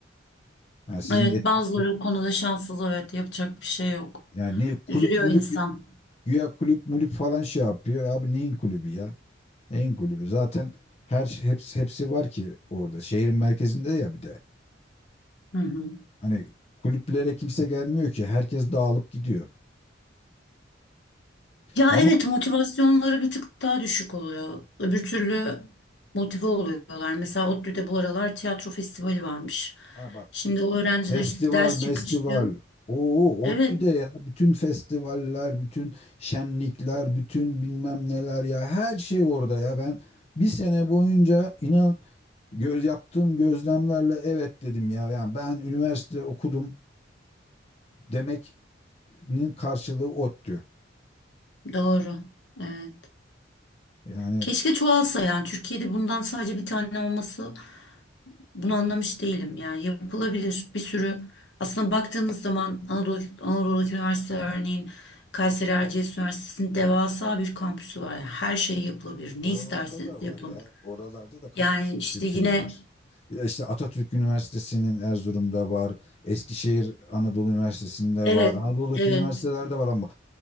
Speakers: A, on the left; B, on the left.
A: Yani sizin
B: Evet,
A: et,
B: bazıları
A: et-
B: o konuda şanssız. Evet, yapacak bir şey yok.
A: yani ne kulüp
B: Üzülüyor
A: mulüp
B: insan.
A: güya kulüp mulüp falan şey yapıyor. Abi neyin kulübü ya? Neyin kulübü? Zaten her şey- hepsi hepsi var ki orada. Şehrin merkezinde ya bir de.
B: Hı hı.
A: Hani kulüplere kimse gelmiyor ki. Herkes dağılıp gidiyor.
B: Ya
A: Ama
B: evet, motivasyonları bir tık daha düşük oluyor. Öbür türlü motive oluyorlar. Mesela ODTÜ'de bu aralar tiyatro festivali varmış.
A: ha bak
B: Şimdi o öğrenciler
A: Festival,
B: işte ders
A: mestival.
B: çıkışı.
A: Oo,
B: Evet,
A: ODTÜ'de ya bütün festivaller, bütün şenlikler, bütün bilmem neler ya her şey orada ya. Ben bir sene boyunca inan göz yaptığım gözlemlerle evet dedim ya. Yani ben üniversite okudum demek'nin karşılığı ODTÜ.
B: doğru. Evet.
A: Yani
B: Keşke çoğalsa yani Türkiye'de bundan sadece bir tane olması bunu anlamış değilim yani yapılabilir bir sürü aslında baktığınız zaman Anadolu, Anadolu'daki üniversite örneğin Kayseri Erciyes Üniversitesi'nin devasa bir kampüsü var ya her şey yapılabilir ne
A: oralarda
B: isterseniz
A: da var
B: yapın
A: ya. Oralarda da kampüs
B: yani işte
A: kültürü
B: yine
A: var. Ya İşte Atatürk Üniversitesi'nin Erzurum'da var. Eskişehir Anadolu Üniversitesi'nde
B: evet
A: var. Anadolu'daki
B: evet
A: üniversitelerde var ama